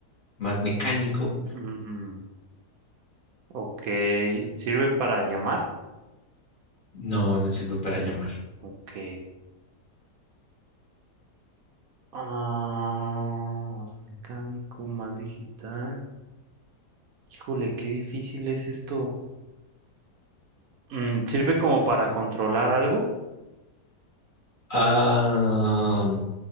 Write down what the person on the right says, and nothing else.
Mm, ok, ¿sirve para llamar?
Ok. Ah, más mecánico, más digital. Híjole, qué difícil es esto. Mm, ¿sirve como para controlar algo?